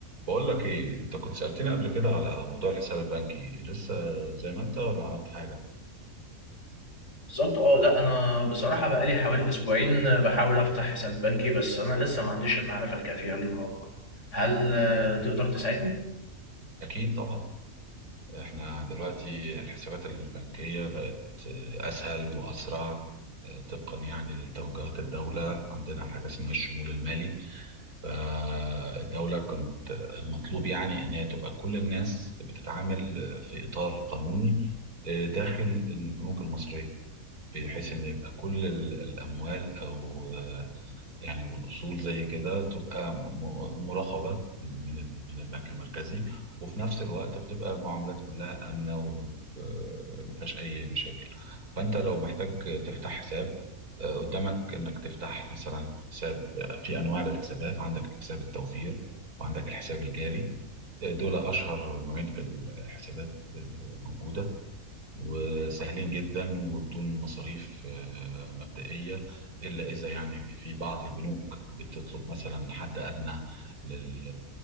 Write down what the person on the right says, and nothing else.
بقول لك ايه انت كنت سألتني قبل كده على موضوع الحساب البنكي لسه زي ما انت ولا عملت حاجة
اكيد طبعا احنا دلوقتي الحسابات البنكية بقت آه، اسهل واسرع آه، طبقا يعني لتوجهات الدولة عندنا حاجة اسمها الشمول المالي فالدولة كنت مطلوب يعني ان هي تبقى كل الناس بتتعامل في اطار قانوني آه، داخل البنوك المصرية بحيث ان يبقى كل ال- الاموال او يعني والاصول زي كده تبقى م- م- مراقبه من ال- من البنك المركزي وفي نفس الوقت بتبقى المعاملات كلها امنه وما فيهاش اي مشاكل فانت لو محتاج تفتح حساب آه، قدامك انك تفتح مثلا حساب في انواع للحسابات عندك حساب التوفير وعندك الحساب الجاري آه، دول اشهر نوعين في الحسابات الموجوده وسهلين جدا وبدون مصاريف آه، مبدئية إلا إذا يعني في بعض البنوك بتطلب مثلا حد أدنى لل-